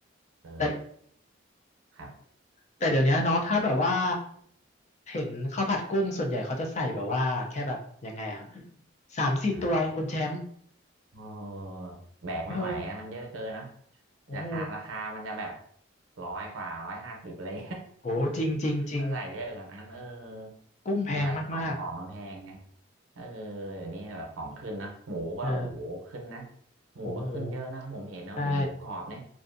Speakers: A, on the right (about 85°); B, on the left (about 35°).
A: เออ
B: แต่
A: ครับ
B: แต่เดี๋ยวนี้เนาะถ้าแบบว่าเห็นข้าวผัดกุ้งส่วนใหญ่เขาจะใส่แบบว่าแค่แบบยังไงอะสามสี่ตัวเองคุณแชมป์
A: อ่า เออแบกไม่ไหวอะมันเยอะเกินนะ
B: เออโอ้โห
A: ราคาราคามันจะแบบร้อยกว่าร้อยห้าสิบเลย
B: โหจริงจริงจริง
A: <laughs> ถ้าใส่เยอะกว่านั้นเออ
B: กุ้งแพงมาก
A: มันแบบของของมันแพงไงเออเดี๋ยวนี้แบบของขึ้นนะหมูก็โอ้โหขึ้นนะ
B: ๆเออ
A: หมูก็ขึ้นเยอะนะผมเห็นนะหมูหมูกรอบเนี่ย
B: โหหมู ใช่